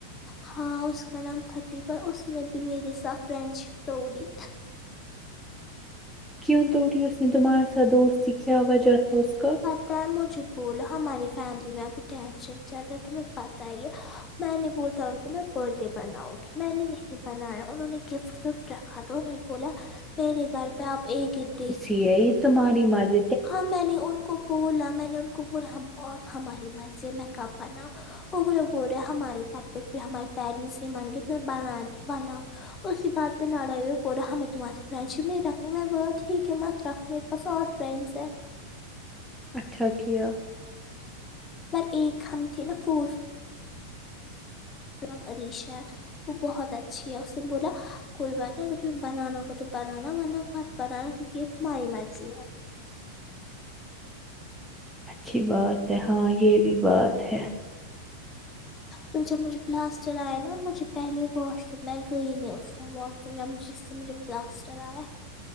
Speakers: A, on the left; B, in the centre.
A: ہاں اس کا نام خطبہ اس نے بھی میرے ساتھ فرینڈ شپ توڑی
B: کیوں تو توڑھی ہے اس نے تمہارے ساتھ دوست کی کیا وجہ تھا اس کا
A: پتا ہے مجھے بولو ہماری فیملی میں ابھی ٹینشن چل رہا تھا تمہں پتا ہی ہے میں نے بولا تھا ان کو میں برتھ ڈے بناؤں گی میں نے نہیں بنایا انہوں نے گفٹ وفٹ رکھا تھا انہوں نے بولا میرے گھر پہ آپ ایک ایک ڈے
B: یہی ہے تمہاری مرد
A: ہاں میں نے ان کو بولا میں نے ان کو بولا ہماری مرضی میں کب بنا اور وہ لگ بول رہے ہیں ہمارے گھر پہ پھر ہمارے پیرنٹس نے مانے گیا تمہیں بنا دو تو بنا اسی بات پہ لڑائی ہوئے بو رہا میں تمہار سے فرینڈ شپ نہیں رکھنی میں بو ہوں ٹھیک ہے مت رکھوں میرے پاس اور فرینڈس ہے
B: اچھا کیا
A: م ایک ہم تھے نا فور نام عریشا ہے وہ بہت اچھی ہے اس نے بولا کوئی بات نہیں اگر تمہیں بنانا ہوگا تو بنانا بناا پتا ہے نا کیونکہ یہ تمہاری مرضی ہے
B: اچھی بات ہے ہاں یہ بھی بات ہے
A: تو جب مجھے پلاسٹر آئے نا مجھے پہلے واش روم میں گئی نہیں اس ٹائم واش روم ب مجھ جس سے مجھے پلاسٹر آ ہے